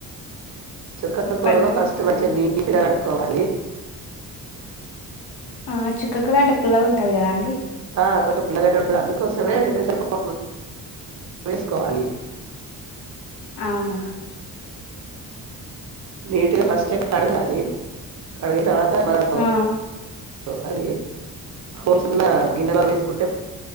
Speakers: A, on the right (about 45°); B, on the left (about 85°).
A: చుక్కా
B: చెప్పండి
A: కూరను ఫస్ట్ మంచిగా నీట్గా కడుక్కోవాలి
B: ఆ చిక్కకుర అంటే పుల్లగా ఉంటుంది కదా అండి
A: ఆ కొత్త పుల్లగానే ఉంటుది అందుకోసమే వసారు పాప వేసుకోవాలి
B: అవునా
A: నీట్గా ఫస్ట్ ఎ కడగాలి కడిగిన తర్వాత మనం
B: ఆ
A: సో అది హోల్స్ ఉన్న గిన్నెలా వేసుకుంటే